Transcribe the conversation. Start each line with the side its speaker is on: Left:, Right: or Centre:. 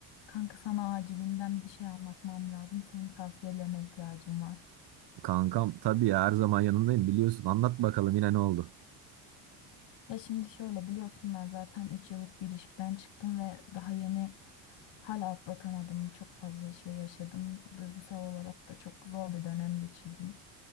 Left: Kanka sana acilinden bir şey anlatmam lazım. Senin tavsiyelerine ihtiyacım var.
Right: Kankam tabii ya her zaman yanındayım biliyorsun. Anlat bakalım yine ne oldu?
Left: Ya şimdi şöyle biliyorsun ben zaten 3 yıllık bir ilişkiden çıktım ve daha yeni hala atlatamadım. Çok fazla şey yaşadım. Duygusal olarak da çok zor bir dönem geçirdim.